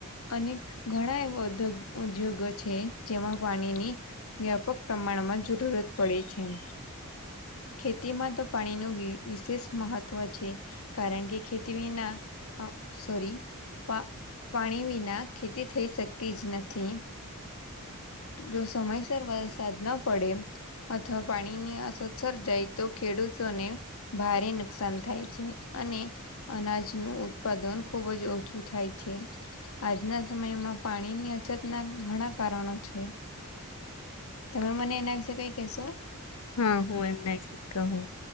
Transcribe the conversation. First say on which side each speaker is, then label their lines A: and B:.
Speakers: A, on the left; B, on the left.
A: અને ઘણા એવા ઉગ ઉદ્યોગો છે, જેમાં પાણીની. વ્યાપક પ્રમાણમાં જરૂરત પડે છે. ખેતીમાં તો પાણીનું વિશેષ મહત્વ છે, કારણ કે ખેતી વિના અ સોરી પા પાણી વિના, ખેતી થઈ શકતી જ નથી. જો સમયસર વરસાદ ન પડે. અથવા પાણીની અસર સર્જાય, તો ખેડૂતોને ભારે નુકસાન થાય છે, અને અનાજનું ઉત્પાદન ખૂબ જ ઓછું થાય છે. આજના સમયમાં પાણીની અછતના ઘણા કારણો છે. તમે મને એના વિશે કઈ કહેશો?
B: હા, હું એમ ના વિશે કહુ